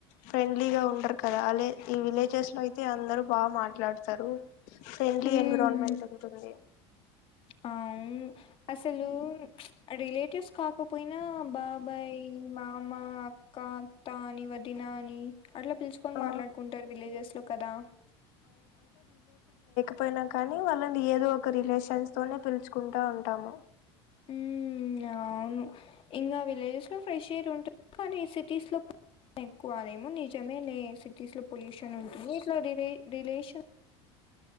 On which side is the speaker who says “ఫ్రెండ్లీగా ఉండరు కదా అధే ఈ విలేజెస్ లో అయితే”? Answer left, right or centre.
Left